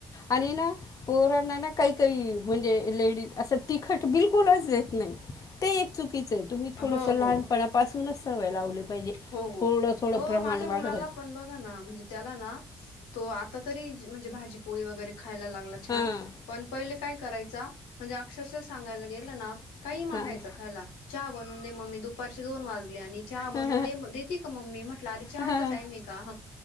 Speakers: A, on the left; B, on the left.
A: आणि ना पोरांना ना काही काही म्हणजे लेडीज असं तिखट बिलकुलच नाही ते चुकीचं आहे तुम्ही थोडसं
B: हो
A: लहपणापून
B: हो
A: सवयी लावली. पाहिजे.
B: हो
A: थोडं थोडं
B: हो
A: प्रमाण
B: माझ्या
A: वाढवत
B: मुलाला पण बघा ना म्हणजे त्याला ना तो आता तरी म्हणजे भाजीपोळी वगैरे खायला लागला छान
A: हां
B: पण पहिले करायचा. म्हणजे अक्षरशः सांगायला गेलं ना काही मागायचं
A: हां
B: खायला चहा बनवून दे मम्मी दुपारचे दोन वाजले आणि चहा बनवून
A: हां
B: देती का मम्मी म्हटले चहा
A: हां हां
B: टाईम आहे का